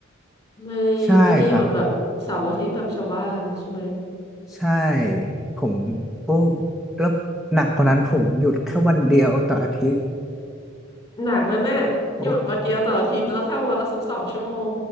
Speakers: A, on the left (about 15°); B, in the centre.
A: ไม่ไม่ได้หยุดแบบเสาร์อาทิตย์แบบชาวบ้านใช่ไหม
B: ใช่ครับใช่ผมโอ้แล้วหนักกว่านั้นผมหยุดแค่วันเดียวต่ออาทิตย์
A: หนักนั่นน่ะหยุดวันเดียวต่ออาทิตย์แล้วทำวันละสิบสองชั่วโมง
B: <laughs> โอ้